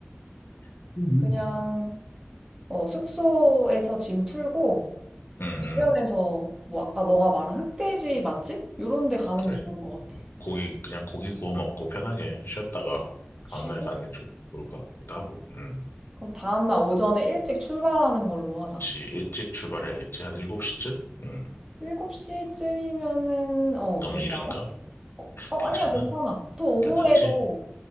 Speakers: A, on the left (about 60°); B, on the right (about 15°).
A: 음,
B: 그냥,
A: 음.
B: 어, 숙소에서 짐 풀고,
A: 음,
B: 주변에서
A: 음.
B: 뭐 아까 너가 말한 흑돼지 맛집? 요런 데 가는
A: 그래.
B: 게 좋을 것 같아.
A: 고기, 그냥 고기 구워 먹고 편하게 쉬었다가
B: 쉬고?
A: 다음날에 가는 게 좋, 좋을 것 같기도 하고. 음.
B: 그럼 다음날 오전에 일찍 출발하는 걸로 하자.
A: 혹시 일찍 출발해야겠지? 한 7시쯤? 음.
B: 7시쯤이면은 어,
A: 너무
B: 되려나?
A: 이른가?
B: 어, 어,
A: 괜찮나?
B: 아니야, 괜찮아. 또 오후에도
A: 괜찮지?